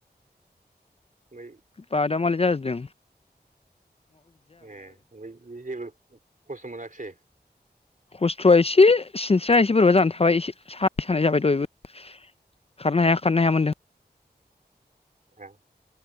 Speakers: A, on the right; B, on the left.
A: बै
B: बादामालि जाजोब दों
A: ए ओमफ्राय इयो जेबो खस्थ मोनाख्सै?
B: खस्थआ एसे सिनस्राया एसे बोरैबा जानानै थाबाय एसे सानाय सानाय जाबाय दहायबो खारनो हाया खारनो हाया मोनदों।
A: <unintelligible>